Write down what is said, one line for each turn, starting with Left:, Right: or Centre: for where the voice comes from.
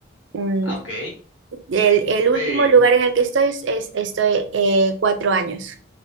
Right: Mm,
Left: Ah, ok.
Right: El, el
Left: De,
Right: último lugar en el que estoy es, es- estoy eh, cuatro años.